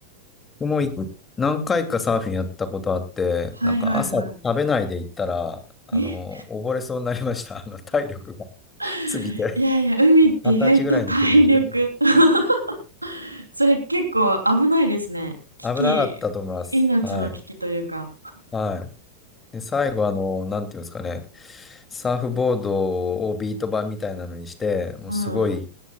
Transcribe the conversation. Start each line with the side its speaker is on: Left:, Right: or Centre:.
Left: 僕もい何回かサーフィンやったことあって、
Right: はいはいは
Left: なんか朝食べないで行ったら、あの、
Right: い。え、
Left: 溺れそうになりました。あの、体力が
Right: <laughs>
Left: <laughs> 過ぎて。
Right: いやいや、
Left: <laughs>
Right: 海って意外と体力
Left: 二十歳ぐらいの時でしたけど。
Right: <laughs> それ結構危ないですね。危機、
Left: 危なかったと思います。
Right: 命の危機というか。
Left: はい。はい。で、最後、あの、なんていうんですかね。サーフボードをビート板みたいなのにして、もうすごい
Right: うん。